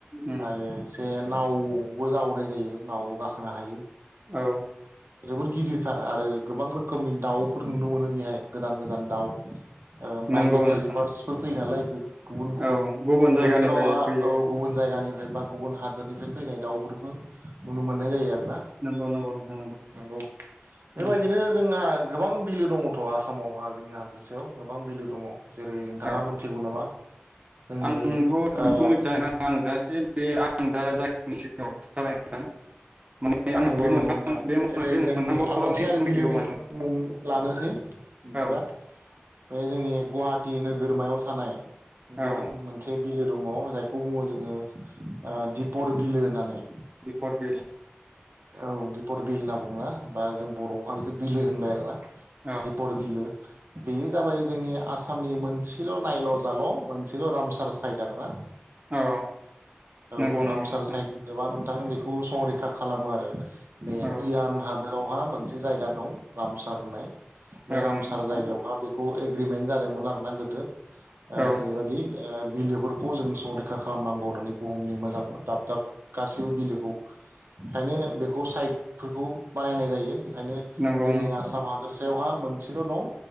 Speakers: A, on the right (about 35°); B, on the right (about 75°).
A: उम
B: आरो से नाव बो जावनाय जायो नाववाव गाखो नो हा
A: औ
B: जोबोद गिदिरथार आरो गोबां रोखोमनि दाउफोर नुनो मोनो बेहाय। गोदान गोदान दाउ ओ माइग्रेटरि
A: नंगौ नोंथां
B: बार्डसफोर फैयो नालाय। <unintelligible> गुबुन गुबुन
A: औ जायगानिफ्राय
B: बोथोरावहा
A: फैयो
B: औ गुबुन जायगानिफ्राय बा गुबुन हा दोरनिफ्राय फैनाय दाउफोरखौ नुनो मो ननाय जायो आरो। ना
A: नंगौ नंगौ नोंथां
B: नंगौ बेबायदिनो
A: औ
B: जोंहा गोबां बिलो दङथ' आसामावहा जोंनि हादोरसायाव गोबां बिलो दङ। जेरै नोंथाङा
A: औ
B: मिथिगौ नामा जोंनि
A: आंथ'
B: ओ
A: बेखौ मिथिया नोंथां आं <unintelligible> आं दा जाखिनि <unintelligible> माने आं
B: नंगौ
A: बे
B: नंगौ
A: मोनथाम
B: नोंथां
A: बे
B: एले
A: बे मोनथामखौल'
B: जोंनि आं मोनसे आरो
A: मिथिगौ
B: बिलोनि
A: माने
B: मुं लानोसै बिदिबा।
A: औ
B: बे जोंनि गुवाहाटि नोगोरमायाव थानाय
A: औ
B: गोदिर मोनसे बिलो दङ जायखौ बुङो जोङो ओ दिपर बिलो होननानै।
A: दिपर बिल
B: औ दिपर बिल होनना बुङोना बा जों बर'आवहा बेखौ बिलो होनबाय आरो ना।
A: औ
B: दिपर बिलो। बेयो जाबाय जोंनि आसामनि मोनसेल' नायल' जाल' मोनसेल' रामसार साइदार ब्रा
A: औ
B: औ
A: नंगौ नंगौ
B: रामसार
A: नोंथां
B: साइद <unintelligible> <unintelligible> खौ संरैखा खालामो आरो। बे
A: औ
B: इरान हादोराव हा मोनसे जायगा दं रामसार होननाय बेरामसार
A: औ नंगौ नोंथां
B: जायगायावहा बेख खौ एग्रिमेन्ट जादोंमोन आरो ना गोदो। ओ
A: औ
B: बेबादि ओ बिलोफोरखौ जों संरैखा खालामनांगौ होननानै बुहुमनि मोजां दाब दाब गासैबो बिलोखौ ओंखायनो बेखौ साइडफोरखौ बाहायनाय जायो। ओंखायनो
A: नंगौ
B: जोंनि
A: नंगौ
B: आसाम हादोर सायावहा मोनसेल दं।